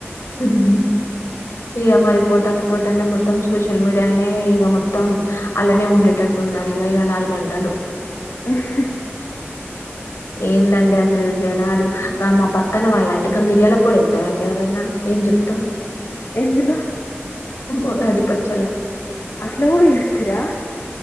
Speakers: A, on the left; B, on the left.
A: ఉహుహుమ్ ఇగ మరి పోతంటే పోతంటే మొత్తం సోషల్ మీడియాల్నే ఇగ మొత్తం అల్లనే ఉండేటట్టు ట్టున్నారు ఇక ఇరవై నాలుగంటలు
B: ఉహ్మ్
A: ఏందండి అసలు ఈ జనాలు క మా పక్కన వాళ్ళంటి ఇంక మిరియాల పొడి ఎతరాండి ఎవరన్నా ఏం చెప్తాం
B: ఎందులో
A: ఉగాది పచ్చల
B: అట్ల కూడ చెప్తిర